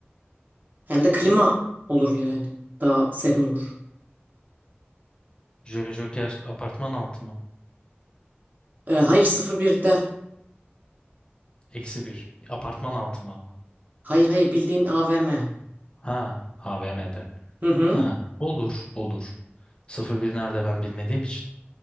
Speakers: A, on the right; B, on the left.
A: Hem de klima olur yani. Daha serin olur.
B: Jolly Joker apartman altı mı?
A: E, hayır 01'de.
B: Eksi bir. Apartman altı mı ama?
A: Hayır hayır bildiğin AVM.
B: Ha, AVM'de.
A: Hı hı.
B: Ha, olur, olur. Sıfır bir nerede ben bilmediğim için.